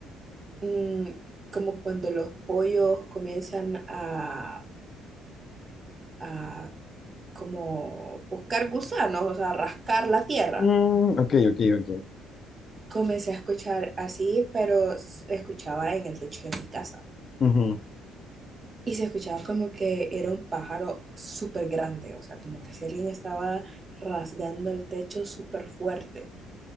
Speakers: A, on the right; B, on the left.
A: mm, como cuando los pollos comienzan a, a como buscar gusanos, o sea, rascar la tierra.
B: Mm, ok, ok, ok.
A: Comencé a escuchar así, pero se escuchaba en el techo de mi casa.
B: Ujú.
A: Y se escuchaba como que era un pájaro súper grande, o sea, como que si alguien estaba rasgando el techo súper fuerte.